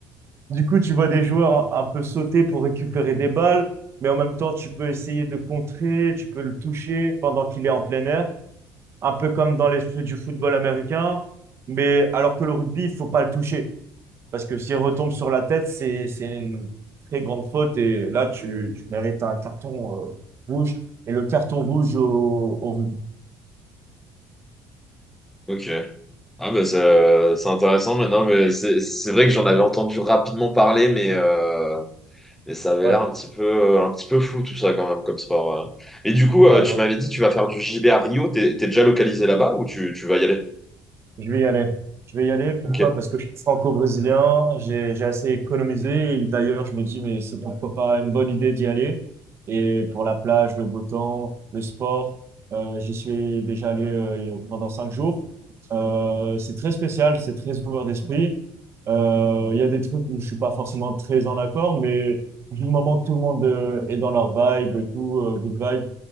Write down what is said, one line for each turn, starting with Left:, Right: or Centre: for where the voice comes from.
Right: Du coup, tu vois des joueurs un un peu sauter pour récupérer des balles, mais en même temps, tu peux essayer de contrer, tu peux le toucher pendant qu'il est en plein air, un peu comme dans l'esprit du football américain. Mais alors que le rugby, il faut pas le toucher, parce que s'il retombe sur la tête, c'est, c'est une très grande faute, et là, tu, tu mérites un carton euh, rouge, et le carton rouge au, au rugby.
Centre: Ok. Ah bah ça- c'est intéressant maintenant, mais c'est c'est vrai que j'en avais entendu rapidement parler, mais, euh, mais ça avait
Right: Ouais,
Centre: l'air un petit peu, euh, un petit peu flou tout ça quand même comme sport. euh. Et du coup,
Right: ouais,
Centre: euh,
Right: ouais.
Centre: tu m'avais dit tu vas faire du JB à Rio, t'es t'es déjà localisé là-bas ou tu, tu vas y aller?
Right: Je vais y aller. Je vais y aller. Pourquoi?
Centre: Ok.
Right: Parce que je suis franco-brésilien, j'ai, j'ai assez économisé. Et D'ailleurs, je me dis, mais c'est pourquoi pas une bonne idée d'y aller. Et pour la plage, le beau temps, le sport, euh, j'y suis déjà allé euh, il y a- pendant cinq jours. Euh, c'est très spécial, c'est très ouvert d'esprit. Euh, Il y a des trucs où je suis pas forcément très en accord, mais du moment que tout le monde euh, est dans leur vibe et tout, euh, good vibe,